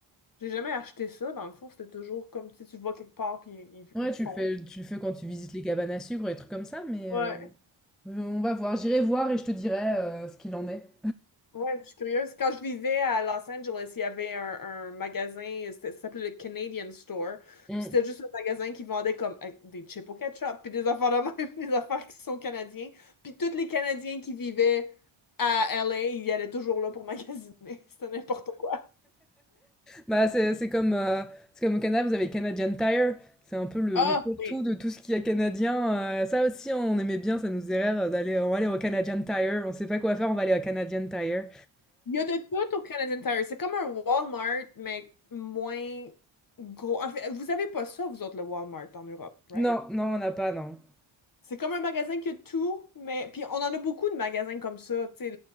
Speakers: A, on the left; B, in the centre.
A: j'ai jamais acheté ça, dans le fond. C'était toujours comme, tu sais, tu vas quelque part, puis ils,
B: Ouais,
A: ils le
B: tu
A: font.
B: le fais, tu le fais quand tu visites les cabanes à sucre et des trucs comme ça, mais
A: Ouais,
B: euh, on va voir, j'irai voir et je te dirai euh, ce qu'il en est.
A: ouais, je suis curieuse. Quand je vivais à Los Angeles, il y avait un, un magasin, c'était- ça s'appelait le Canadian Store.
B: Mm.
A: Puis c'était juste un magasin qui vendait comme euh, des chips au ketchup, puis des affaires de même, <laughs> des affaires qui sont canadiens. Puis tous les Canadiens qui vivaient à LA, ils allaient toujours là pour magasiner. <laughs> C'était n'importe quoi.
B: Bah, c'est c'est comme, euh, c'est comme au Canada, vous avez Canadian Tire, c'est un peu le,
A: Ah,
B: le
A: oui.
B: tout de tout ce qu'il y a canadien. euh, ça aussi, on aimait bien, ça nous faisait rire euh, d'aller, on va aller au Canadian Tire, on sait pas quoi faire, on va aller au Canadian Tire.
A: Il y a de tout au Canadian Tire. C'est comme un Walmart, mais moins gros. En fait, vous avez pas ça, vous autres, le Walmart en Europe, right?
B: Non, non, on n'a pas, non.
A: C'est comme un magasin qui a tout, mais... Puis on en a beaucoup de magasins comme ça, tu sais,